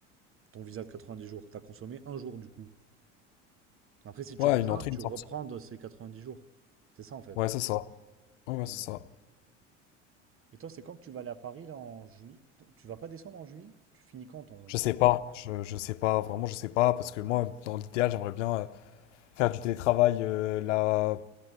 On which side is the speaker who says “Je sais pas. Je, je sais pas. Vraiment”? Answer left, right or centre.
Left